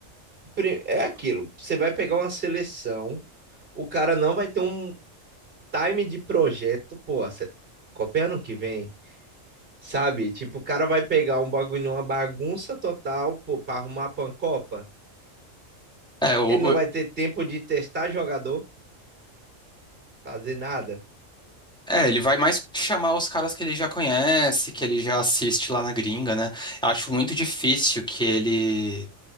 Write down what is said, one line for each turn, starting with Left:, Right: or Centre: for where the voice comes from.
Right: pri- é aquilo. Você vai pegar uma seleção, o cara não vai ter um time de projeto, pô, se- Copa é ano que vem, sabe? Tipo, o cara vai pegar um bagulho, uma bagunça total, pô, pra arrumar pra uma Copa.
Centre: É, o-
Right: Ele não
Centre: o-
Right: vai ter tempo de testar jogador, fazer nada.
Centre: é, ele vai mais chamar os caras que ele já conhece, que ele já assiste lá na gringa, né? Eu acho muito difícil que ele